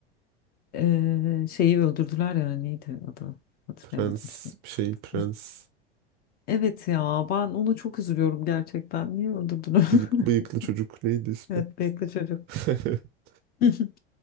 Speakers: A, on the left (about 30°); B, on the right (about 35°).
A: Ee, şeyi öldürdüler ya neydi adı? Hatırlayamadım
B: Prens
A: şimdi.
B: bir şey prens
A: Hı. Evet ya ben onu çok üzülüyorum gerçekten. Niye öldürdüler?
B: bıyık,
A: <laughs>
B: bıyıklı çocuk neydi ismi?
A: Evet bekle çocuk.
B: <laughs>
A: <laughs>